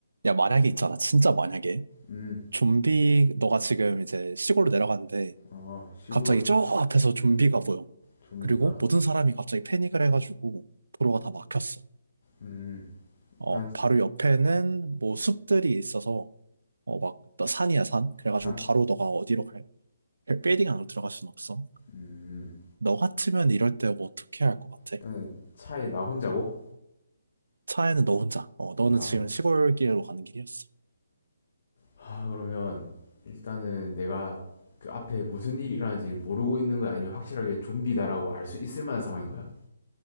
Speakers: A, on the right; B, on the left.
A: 야, 만약에 있잖아. 진짜 만약에.
B: 음,
A: 좀비, 너가 지금 이제 시골로 내려갔는데,
B: 어, 시골
A: 갑자기 저 앞에서 좀비가 보여.
B: 좀비가?
A: 그리고 모든 사람이 갑자기 패닉을 해가지고, 도로가 다 막혔어.
B: 음,
A: 어,
B: 난
A: 바로 옆에는 뭐 숲들이 있어서, 어, 막, 나 산이야, 산. 그래가지고
B: 산.
A: 바로 너가 어디로 갈, 빌딩 안으로 들어갈 순 없어.
B: 음,
A: 너 같으면 이럴 때 뭐 어떻게 할 것 같아?
B: 일단은 차에 나 혼자고?
A: 차에는 너 혼자. 어, 너는
B: 나
A: 지금
B: 혼.
A: 시골길로 가는 길이었어.
B: 아, 그러면 일단은 내가 그 앞에 무슨 일이 일어나는지 모르고 있는 거 아니면 확실하게 좀비다라고 알 수 있을 만한 상황인 거야?